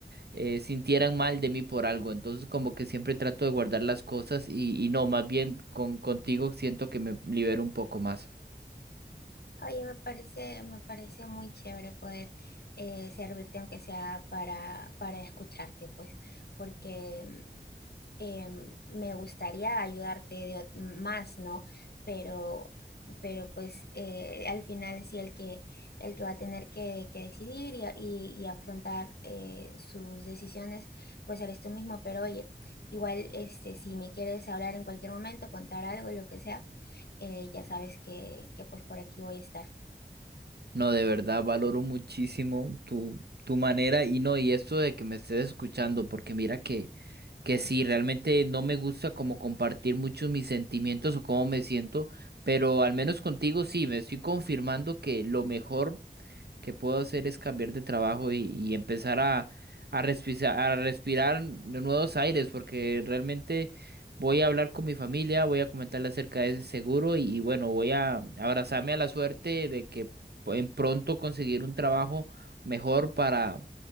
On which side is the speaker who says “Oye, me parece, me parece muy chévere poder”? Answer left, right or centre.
Left